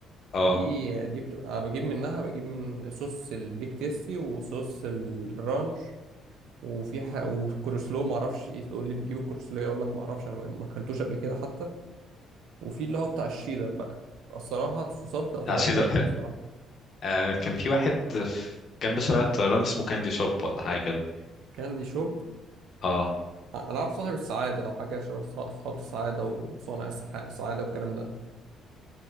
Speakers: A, on the left (about 35°); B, on the right (about 80°).
A: اه
B: دي دي بتبقى بجيب منها بجيب من صوص البيك تيستي وصوص الرانش وفي ح... والكروسلو ما اعرفش ايه تقول لي بتجيب الكروسلو إيه؟ اقول لك ما اعرفش انا ما اكلتوش قبل كده حتى وفي اللي هو بتاع الشيدر بقى الصراحه الصوصات بتبقى
A: بتاع
B: طعمها
A: شيدر
B: جامد الصراحه
A: آه كان في واحد في جنب شارع الطيران اسمه كاندي شوب ولا حاجة كده
B: كاندي شوب
A: اه
B: انا اعرف صاحب السعاده لو حاجه شبه صا- اصحاب السعاده وصانع السح... السعاده والكلام ده